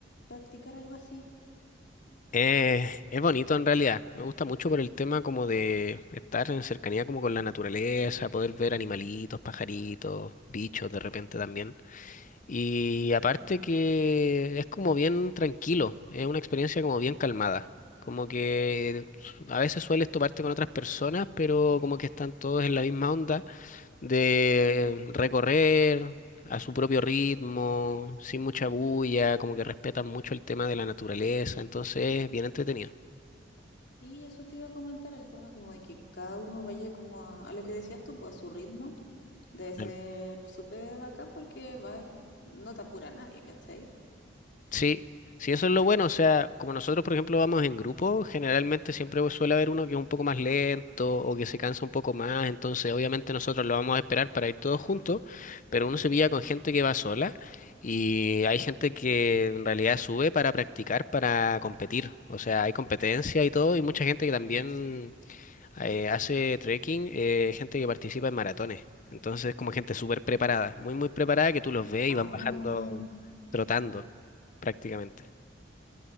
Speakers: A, on the left; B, on the left.
A: practicar algo así.
B: Eh, es bonito en realidad. Me gusta mucho por el tema como de estar en cercanía como con la naturaleza, poder ver animalitos, pajaritos, bichos de repente también. Y aparte que es como bien tranquilo, es una experiencia como bien calmada. Como que a veces sueles toparte con otras personas, pero como que están todos en la misma onda de recorrer a su propio ritmo, sin mucha bulla, como que respetan mucho el tema de la naturaleza, entonces es bien entretenido.
A: Sí, eso te iba a comentar, el tema como de que cada uno vaya como a, a lo que decías tú, pues a su ritmo, debe ser
B: Claro.
A: súper bacán porque vas, no te apura nadie, ¿cachai?
B: Sí, sí, eso es lo bueno. O sea, como nosotros, por ejemplo, vamos en grupo, generalmente siempre suele haber uno que es un poco más lento o que se cansa un poco más. Entonces, obviamente, nosotros lo vamos a esperar para ir todos juntos, pero uno se pilla con gente que va sola y hay gente que en realidad sube para practicar, para competir. O sea, hay competencia y todo, y mucha gente que también. eh, hace trekking eh, gente que participa en maratones. Entonces, como gente súper preparada, muy, muy preparada, que tú los ves
A: Ah,
B: y van bajando trotando prácticamente.